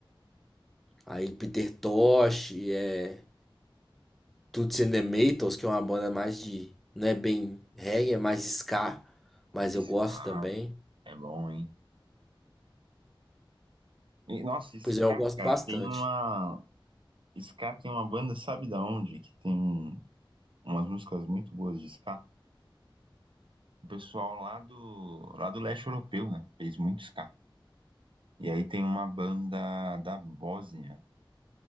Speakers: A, in the centre; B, on the right (about 70°).
A: Aí Peter Tosh, é... Toots and the Maytals, que é uma banda mais de. Não é bem reggae, é mais ska, mas eu
B: Scar
A: gosto também.
B: é bom, hein? E, nossa, Scar,
A: Pois é, eu gosto
B: cara,
A: bastante.
B: tem uma. Scar tem uma banda, sabe da onde? Que tem umas músicas muito boas de Scar. O pessoal lá do, lá do leste europeu, né? Fez muito Scar. E aí tem uma banda da Bósnia